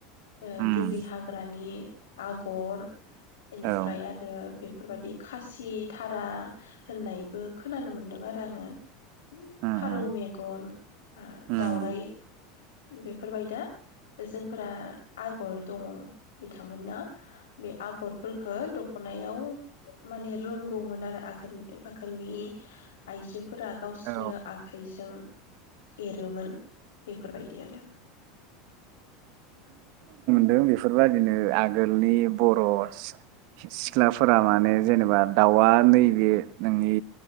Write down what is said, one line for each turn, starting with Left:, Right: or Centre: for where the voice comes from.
Left: ओ
Right: उम
Left: दुब्रि हाग्रानि आगर बेनिफ्राय
Right: औ उम
Left: आरो बे फोरबायाददि खासि थारा होननायबो खोनानो मोनदों आरो आङो।
Right: उम
Left: फारौ मेगन आ
Right: उम
Left: दावराइ बेफोरबायदा जोंफोरा आगर दङ बिथांमोना बे आगरफोरखौ दख'नायाव माने रोंगौमोन आरो आगोल आगोलनि आइजो फोरा गावसिनो
Right: औ
Left: आ जों एरोमोन बेफोरबायदि आरो।
Right: बेफोरबायदिनो आगोलनि बर' सि सिख्लाफोरा माने जेनेबा दाउआ नैबे नोंनि